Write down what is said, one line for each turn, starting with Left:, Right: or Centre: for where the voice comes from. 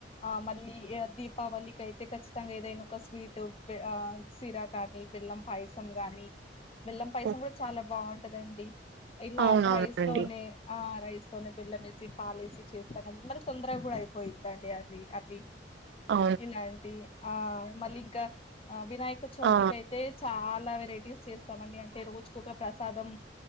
Left: ఆ మళ్ళీ దీపావళికి అయితే ఖచ్చిత మఖతంగా ఏదైనా ఒక స్వీట్ ఆ సిరా గానీ బెల్లం పాయసం గానీ బెల్లం పాయసం
Right: ఓ,
Left: కూడా చాలా బావుంటదండి ఇలా
Right: అవునవునండి
Left: రైస్ తోనే ఆ రైసుతోనే బెల్లంఏసి పాలేసి చేస్తాంద మరి తొందరగా కూడా అయిపోయిందండి అది అవి
Right: అ
Left: ఇలాంటి ఆ మళ్ళీ ఇంకా వినాయక చవితికి
Right: ఆ
Left: అయితే చాలా వెరై టీస్ చేస్తామండి అంటే రోజు ఒక ప్రసాదం